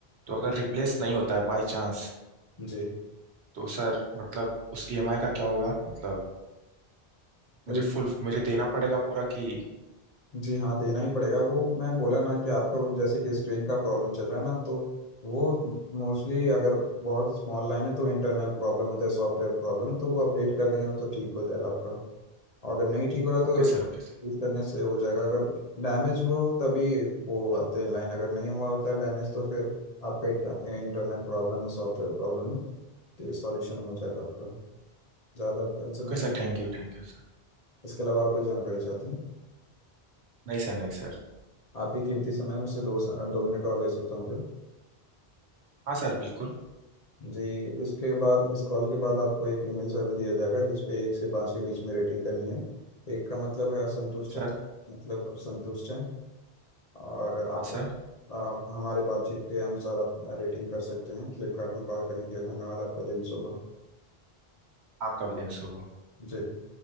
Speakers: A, on the right; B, on the left.
A: तो अगर रिप्लेस नहीं होता है बाय चांस
B: जी
A: तो सर मतलब उस ईएमआई का क्या होगा मतलब
B: अरे
A: मुझे फुल मुझे देना पड़ेगा पूरा कि
B: जी हाँ देना ही पड़ेगा वो मैं बोला ना कि आपका जैसे कि स्क्रीन का प्रॉब्लम चल रहा है ना तो वो मोस्टली अगर बहुत स्मॉल लाइन है तो इंटरनल प्रॉब्लम होता है सॉफ्टवेयर प्रॉब्लम तो वो अपडेट कर देंगे ना तो ठीक हो जाएगा आपका और अगर नहीं ठीक हो रहा
A: Okay
B: तो
A: sir okay sir
B: यूज करने से हो जाएगा अगर डैमेज हुआ हो तभी वो आते हैं लाइन अगर नहीं हुआ होता डैमेज तो फिर आपका इंटरनेट प्रॉब्लम है सॉफ्टवेयर प्रॉब्लम है तो ये सॉल्यूशन हो जाएगा आपका ज़्यादा टेंशन
A: Okay
B: नहीं ली
A: sir thank you thank you sir
B: इसके अलावा और कोई जानकारी चाहते हैं
A: नहीं सर नहीं सर
B: आप ही कीमती समय में से दो दो मिनट और ले सकता हूँ क्या
A: हाँ सर बिल्कुल
B: जी इसके बाद इस कॉल के बाद आपको एक ईमेल सर्वे दिया जाएगा जिसपे एक से पाँच के बीच में रेटिंग करनी है एक का मतलब है असंतुष्ट
A: सर
B: है मतलब संतुष्ट है और आप,
A: हाँ सर
B: आप हमारे बातचीत के अनुसार आप रेटिंग कर सकते हैं फ्लिपकार्ट में कॉल करने के लिए धन्यवाद आपका दिन शुभ हो
A: आपका भी दिन शुभ हो
B: जी